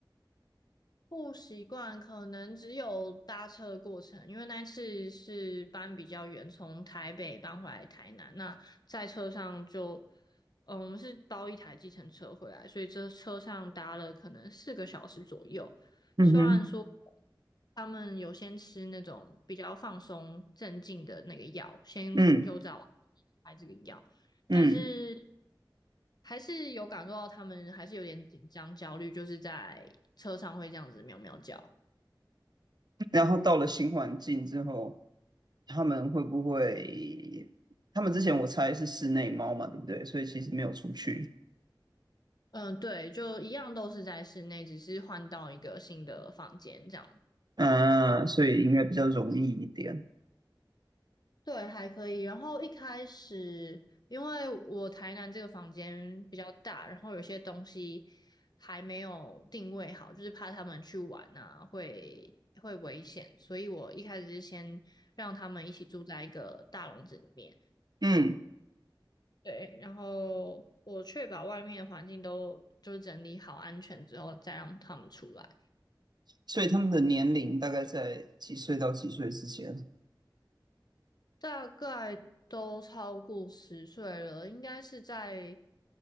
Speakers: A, on the left; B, on the right.
A: 不习惯，可能只有搭车的过程，因为那次是搬比较远，从台北搬回来台南。那在车上就，嗯，我们是包一台计程车回来，所以这车上搭了可能四个小时左右。
B: 嗯哼，
A: 虽然说他们有先吃那种比较放松镇静的那个药，先有找
B: 嗯
A: 开这个药，
B: 嗯。
A: 但是。还是有感受到他们还是有点紧张焦虑，就是在车上会这样子喵喵叫。
B: 然后到了新环境之后，他们会不会？他们之前我猜是室内猫嘛，对不对？所以其实没有出去，
A: 嗯，对，就一样都是在室内，只是换到一个新的房间这样。
B: 嗯、所以应该比较容易一点。
A: 对，还可以。然后一开始，因为我台南这个房间比较大，然后有些东西还没有定位好，就是怕他们去玩啊，会会危险，所以我一开始是先让他们一起住在一个大笼子里面。
B: 嗯，
A: 对，然后我确保外面的环境都就是整理好安全之后，再让他们出来。
B: 所以他们的年龄大概在几岁到几岁之间？
A: 大概都超过十岁了，应该是在